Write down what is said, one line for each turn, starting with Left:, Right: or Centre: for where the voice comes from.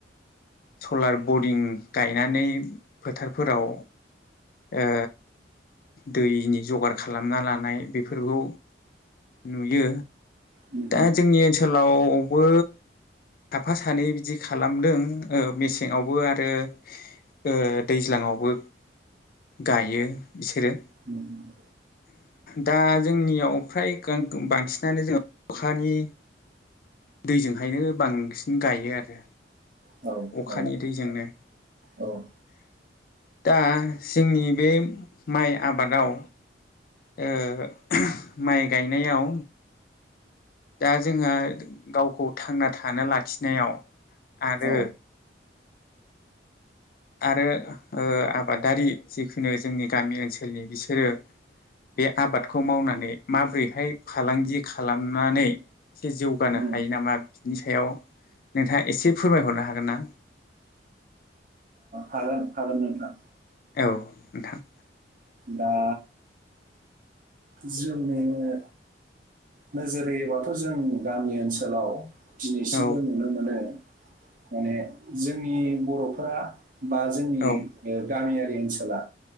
Left: सलार बरिं गायनानै फोथारफोराव ओ दैनि जगार खालामना लानाय बेफोरखौ नुयो
Right: उम
Left: दा जोंनि ओनसोलावबो साफा सानै बिदि खालामदों ओ मेसेंआवबो आरो ओ दैज्लाङावबो गायो बिसोरो
Right: उम उम
Left: दा जोंनियाव फ्राय बांसिनानो जोंङो अखानि दैजोंहायनो बांसिन गायो आरो
Right: औ औ
Left: अखानि
Right: औ
Left: दैजोंनो
Right: उम
Left: दा जोंनि बे माइ आबादाव ओ माइ गायनायाव दा जोंहा गावखौ थांना थानो लाखिनायाव आरो
Right: औ
Left: आरो ओ आबादारि जिखुनु जोंनि गामि ओनसोलनि बिसोरो बे आबादखौ मावनानै माबोरैहाय फालांगि खालामनानै एसे जौगानो
Right: उम
Left: हायो
Right: ओ
Left: नामा बिनि सायाव नोंथाङा एसे फोरमायहरनो हागोन ना
Right: हागोन हागोन नोंथां
Left: औ नोंथां
Right: दा जोंनिनो नोजोर होयोबाथ' जों गामि ओनसोलाव दिनैसिमबो
Left: औ
Right: नुनो मोनो माने जोंनि बर'फोरा बा जोंनि
Left: औ
Right: ओ गामियारि ओनसोला